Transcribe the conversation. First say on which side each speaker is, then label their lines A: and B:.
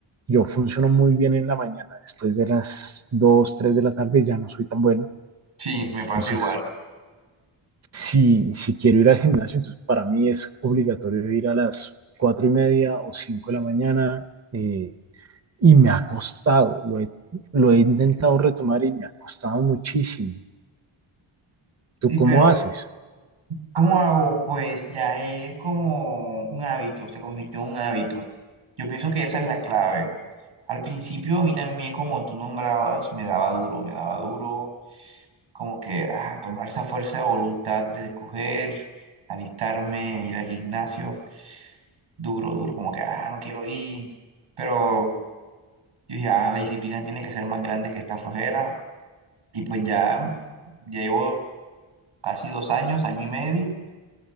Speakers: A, on the right; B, on the right.
A: Yo funciono muy bien en la mañana. Después de las 2, 3 de la tarde ya no soy tan bueno
B: Sí, me pasa
A: Entonces,
B: igual.
A: si, si quiero ir al gimnasio, entonces para mí es obligatorio ir a las cuatro y media o cinco de la mañana eh, y me ha costado, lo he, lo he intentado retomar y me ha costado muchísimo. ¿Tú
B: Y
A: cómo
B: pero,
A: haces?
B: ¿cómo hago? Pues ya es como un hábito, se convirtió en un hábito. Yo pienso que esa es la clave. Al principio, a mí también, como tú nombrabas, me daba duro, me daba duro como que ah, tomar esa fuerza de voluntad de coger, alistarme, ir al gimnasio, duro, duro, como que, ah, no quiero ir, pero yo dije, ah, la disciplina tiene que ser más grande que esta flojera, y pues ya, ya llevo casi dos años, año y medio,